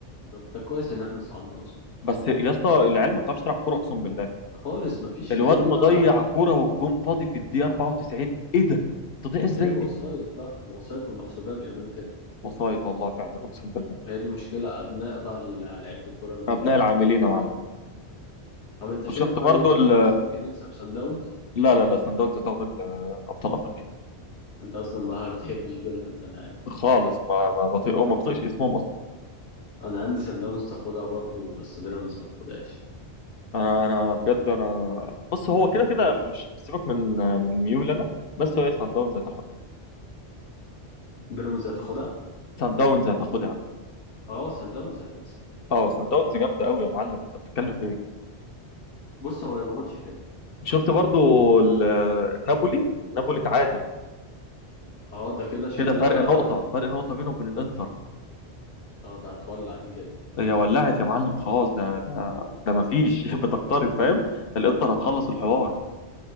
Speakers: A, on the left; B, on the left.
A: طب ده كويس ان احنا صعدنا اصلا
B: بس يا اسطى العيال ما بتعرفش تلعب كوره اقسم بالله
A: خالص ما فيش
B: الواد
A: ما هي دي
B: مضيع
A: بقى
B: كوره والجون فاضي في الدقيقه 94 ايه ده تضيع ازاي
A: ما هي الوسايط
B: دي
A: بقى الوسايط والمحسوبيه بيعملوا كده
B: وصايت والله فعلا اقسم بالله
A: وهي دي مشكله ابناء بقى ال- لعيبه الكره القدام
B: ابناء العاملين
A: والكلام
B: يا معلم
A: ده طب انت
B: وشفت
A: شايف ايه
B: برضو
A: بيراميدز
B: ال
A: ممكن يكسب سان داونز
B: لا لا لا سان داونز هتاخد ال- ابطال افريقيا
A: انت اصلا ما بتحبش بيراميدز انا عارف
B: خالص ما ما بطيء ما بطيقش اسمهم اصلا
A: انا عندي سان داونز تاخدها برضو بس بيراميدز ما تاخدهاش
B: انا انا بجد انا بص هو كده كده مش سيبك من من ميول انا بس هو سان داونز هتاخدها
A: بيراميدز هتاخدها
B: سان داونز هتاخدها
A: اه سان داونز هتكسب
B: اه سان داونز جامده قوي يا معلم انت بتتكلم في ايه
A: بص هو يبقى ماتش حلو
B: شفت برضو ال- نابولي نابولي تعادل
A: اه ده كده شكلها
B: كده فرق نقطة فرق نقطة بينه وبين الانتر
A: اه ده هتولع دي كده
B: هي ولعت يا معلم خلاص ده ده ده مفيش <laughs> بتقترب فاهم الانتر هتخلص الحوار